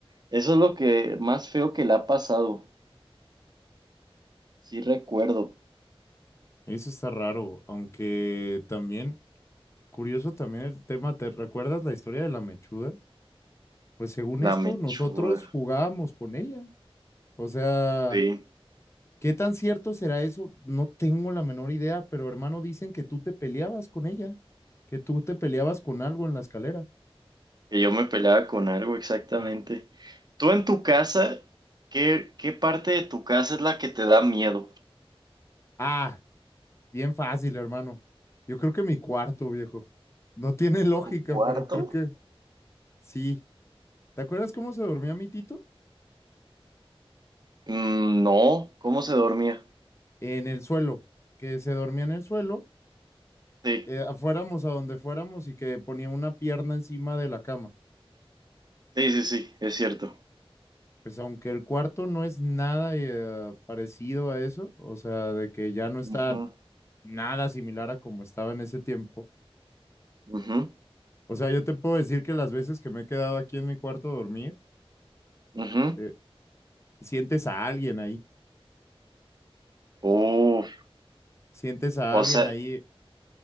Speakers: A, on the right; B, on the left.
A: eso es lo que más feo que le ha pasado. Sí recuerdo,
B: Eso está raro, aunque también, curioso también el tema, ¿te recuerdas la historia de la mechuda? Pues según esto,
A: la mechuda.
B: nosotros jugábamos con ella. O sea,
A: Sí,
B: ¿Qué tan cierto será eso? No tengo la menor idea, pero hermano, dicen que tú te peleabas con ella, que tú te peleabas con algo en la escalera.
A: que yo me peleaba con algo exactamente. Tú en tu casa, ¿qué, qué parte de tu casa es la que te da miedo?
B: Ah, bien fácil, hermano. Yo creo que mi cuarto, viejo. No tiene lógica,
A: ¿Tu cuarto?
B: pero creo que sí. ¿Te acuerdas cómo se dormía mi tito?
A: Mm, no, ¿cómo se dormía?
B: En el suelo, que se dormía en el suelo,
A: Sí,
B: eh, a- fuéramos a donde fuéramos y que ponía una pierna encima de la cama.
A: sí, sí, sí, es cierto.
B: Pues aunque el cuarto no es nada eh, parecido a eso, o sea, de que ya no está
A: Ujú,
B: nada similar a como estaba en ese tiempo.
A: ujú,
B: O sea, yo te puedo decir que las veces que me he quedado aquí en mi cuarto a dormir,
A: ujú.
B: eh, sientes a alguien ahí,
A: Uf,
B: sientes a
A: o
B: alguien
A: sea,
B: ahí